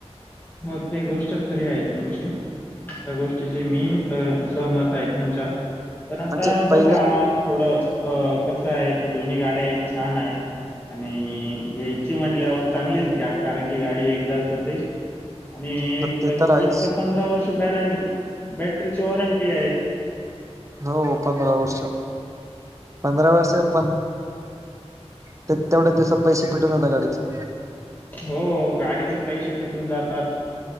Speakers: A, on the left; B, on the right.
A: हो ते गोष्ट खरी आहे तुमची त्या गोष्टीची मी स सहमत आहे तुमच्या पण
B: म्हणजे
A: आता
B: पहिले
A: बघा. थोडं अ कसं आहे की दोन्ही गाड्याही छान आहेत. आणि घ्यायची म्हटल्यावर चांगलीच घ्या कारण की गाडी एकदाच होते. आणि एक
B: ते
A: पंचवीस
B: तर आहेच
A: का पंधरा वर्ष बॅरंट बॅटरीची वॉरंटी आहेत.
B: हो पंधरा वर्ष पंधरा वर्ष प ते तेवढ्या दिवसात पैसे फिटून जाता गाडीचे.
A: हो गाडीचे पैसे फिटून जातात.